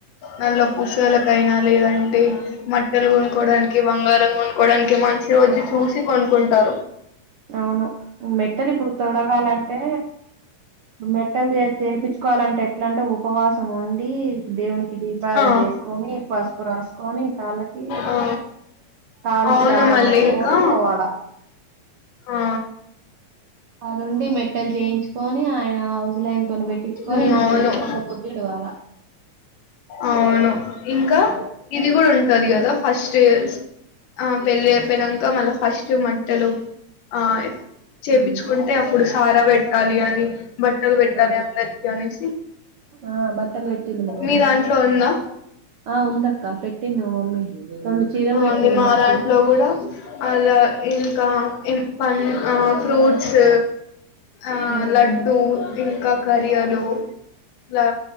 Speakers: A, on the left (about 75°); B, on the right (about 75°).
A: నల్ల పుసలకయినా లేదంటే మట్టెలు కొనుక్కోడానికి బంగారం కొనుక్కోడానికి మంచి రోజు చూసి కొనుకుంటారు
B: అవును మెట్టెలిప్పుడు తొడగాలంటే మెట్టెల్ చే చెపిచ్ క్కాలంటే ఎట్లంటే ఉపవాసం ఉం డీ దేవునికి దీపారదనజేస్కొని
A: ఆ
B: పసుపు రాస్కొని కాళ్ళకి.
A: ఆ
B: కాళ్ళకు
A: అవును
B: దారం
A: మళ్ళీ
B: కట్టుకొని
A: ఇంకా
B: పోవాలా
A: ఆ
B: ఆడుండి మెట్టెల్ జేయించ్ కొని ఆయన హౌస్లైన్ తొని పెట్టిచ్చుకొని
A: ఉమ్,
B: ఇంటికొచ్చి
A: అవును
B: ఒక్క పొద్ది ఇడవాలా.
A: అవును ఇంకా ఇది గుడ ఉంటాదికదా ఫస్ట్ ఇస్ ఆ పెళ్ళి ఐపోయినంక మళ్ళ ఫస్ట్ మట్టెలు ఆహ్ చేపిచ్చుకుంటే
B: ఉమ్
A: అప్పుడు సార బెట్టాలి అని బట్టలు బెట్టాలి
B: ఆ
A: అందరికి అనేసి.
B: ఆ బట్టలు పెట్టింది మా మమ్మీ
A: మిదాంట్లో ఉందా
B: ఆ ఉందక్క పెట్టింది మా మమ్మీ రెండు చీరలు
A: ఆ
B: పెట్టింది
A: అందిమాదాంట్లో
B: నాకు
A: గుడా అలా ఇంకా ఇం పన్ ఆ ఫ్రూట్స్ ఆ
B: ఉమ్
A: లడ్డూ ఇంక. కరియలూ లా